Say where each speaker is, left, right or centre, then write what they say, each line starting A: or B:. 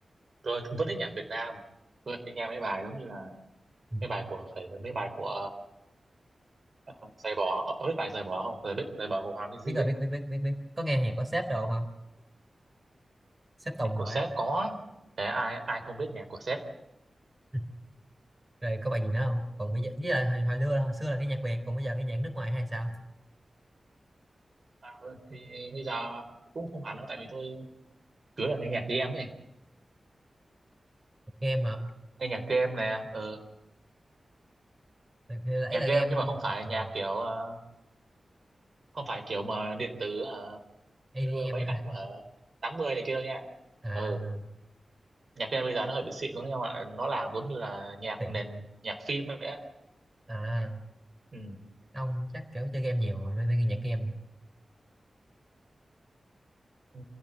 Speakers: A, on the right; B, on the right.
A: tôi vẫn thích nhạc Việt Nam tôi hay nghe mấy bài giống như là
B: ừ.
A: mấy bài của phải mấy bài của À, giày bó ở biết bài giày bỏ không giày biết giày bỏ của Hòa Minzy
B: biết rồi
A: ấy
B: biết biết biết biết biết có nghe nhạc của sếp đồ không ông? sếp Tùng
A: nhạc của
B: rồi
A: Sếp
B: ấy
A: có thế ai ai không biết nhạc của Sếp
B: <laughs> rồi có bài gì nữa không còn bây giờ với lại hồi, hồi xưa là hồi xưa là nghe nhạc Việt còn bây giờ cái nhạc nước ngoài hay sao
A: à, thì bây giờ cũng không hẳn đâu tại vì tôi cứ là nghe nhạc game ấy
B: nghe hả?
A: nghe nhạc game nè ừ,
B: Thì đấy
A: nhạc
B: là
A: game
B: game
A: nhưng mà không
B: ờ,
A: phải
B: ờ,
A: nhạc kiểu ờ, không phải kiểu mà điện tử ờ,
B: ADM
A: như mấy
B: á.
A: năm ở tám mươi này kia đâu nha
B: à
A: ừ nhạc game bây giờ nó hơi bị xịn luôn nhưng mà nó làm giống như là nhạc
B: tiệm
A: nền nhạc phim vậy á
B: à
A: ừ.
B: ông chắc kiểu chơi game nhiều nên nên nghe nhạc game
A: ừ.